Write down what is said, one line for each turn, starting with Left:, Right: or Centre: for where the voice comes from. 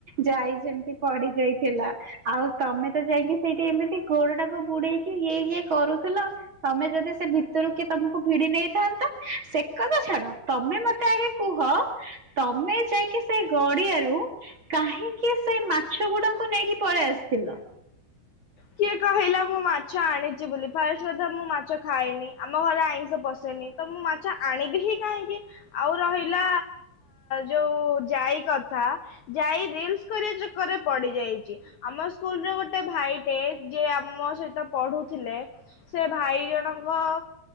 Right: ଯାଇ ଯେମିତି ପଡି ଯାଇଥିଲା। ଆଉ ତମେ ତ ଯାଇକି ସେଇଠି ଏମିତି ଘୋଡ ଟାକୁ ବୁଡେଇକି ଇଏ ଇଏ କରୁଥିଲ ତମେ ଯଦି ସେ ଭିତରୁ କିଏ ତମକୁ ଭିଡି ନେଇଥାନ୍ତା ସେ କଥା ଛାଡ ତମେ ମତେ ଆଗେ କୁହ। ତମେ ଯାଇକି ସେ ଗଡିଆରୁ କାହିଁକି ସେ ମାଛ ଗୁଡାଙ୍କୁ ନେଇକି ପଳେଇ ଆସିଥିଲ।
Left: କିଏ କହିଲା ମୁଁ ମାଛ ଆଣିଛି ବୋଲି ଫାଷ୍ଟ କଥା ମୁଁ ମାଛ ଖାଏନି ଆମ ଘରେ ଆଇଁଷ ପଶେନି ତ ମୁଁ ମାଛ ଆଣିବି ହିଁ କାହିଁକି ଆଉ ରହିଲା ଯୋଉ ଯାଇ କଥାାଇ ର କରିବା ଚକରେ ପଡି ଯାଇଛି। ଆମ ସ୍କୁଲରେ ଗୋଟେ ଭାଇ ଟେ ଯିଏ ଆମ ସହିତ ପଢୁ ଥିଲେ ସେ ଭାଇ ଜଣଙ୍କ